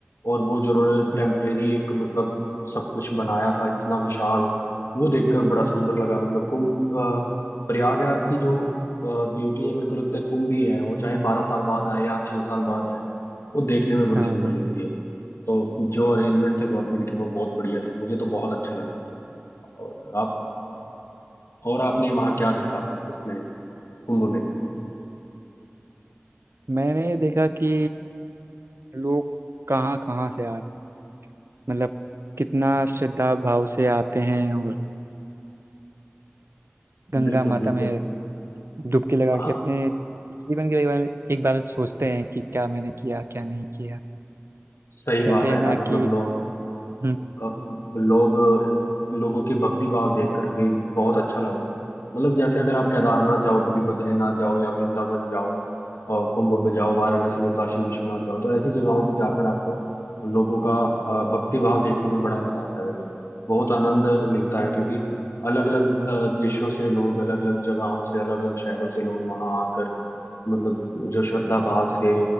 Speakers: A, on the left; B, on the right.
A: और वो जो उन्होंने
B: हम्म,
A: टेम्परेरी एक मतलब सब कुछ बनाया था इतना विशाल वो देखकर बड़ा सुंदर लगा मतलब कुंभ अ, प्रयागराज की जो ब्यूटी है मेरे को लगता है कुंभ ही है वो चाहे बारह साल बाद आए या छह साल बाद आए वो देखने में बड़ी
B: हाँ
A: सुंदर
B: हाँ
A: लगती है तो जो अरेंजमेंट थे गवर्नमेंट के वो बहुत बढ़िया थे मुझे तो बहुत अच्छा लगा और आप और आपने वहाँ क्या देखा उसमें कुंभ में
B: मैंने देखा कि लोग कहाँ कहाँ से आ रहे हैं मतलब कितना श्रद्धा भाव से आते हैं और गंगा
A: बिल्कुल
B: माता
A: बिल्कुल
B: में डुबकी लगा
A: हाँ
B: के अपने जीवन के बारे में एक बार सोचते हैं कि क्या मैंने किया क्या नहीं किया
A: सही
B: कहते
A: बात है
B: हैं
A: यार
B: ना
A: मतलब
B: कि
A: लोग
B: हम्म
A: अ, लोग लोगों की भक्ति भाव देखकर भी बहुत अच्छा लगा मतलब जैसे अगर आप केदारनाथ जाओ कभी बद्रीनाथ जाओ या वृंदावन जाओ और कुंभ पे जाओ वाराणसी में काशी विश्वनाथ जाओ तो ऐसी जगहों पे जाकर आपको लोगों का अ, भक्ति भाव देखने में बड़ा मजा आता है मतलब बहुत आनंद मिलता है क्योंकि अलग अलग देशों से लोग अलग अलग जगहों से अलग अलग शहरों से लोग वहाँ आकर मतलब जो श्रद्धा भाव से